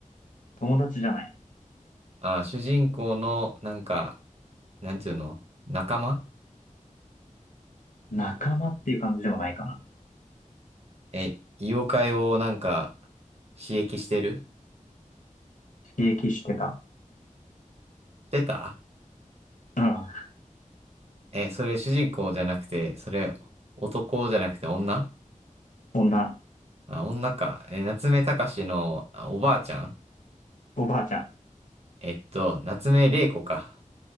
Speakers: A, on the left; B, on the right.
A: 友達じゃない。
B: あー、主人公の、なんか、なんていうの仲間
A: 仲間っていう感じでもないかな。
B: え、妖怪をなんか、刺激してる
A: 刺激してた。
B: してた
A: うん。
B: え、それ主人公じゃなくて、それ男じゃなくて女
A: 女。
B: あ、女か。え、夏目隆のあおばあちゃん
A: おばあちゃん。
B: えっと、夏目玲子か。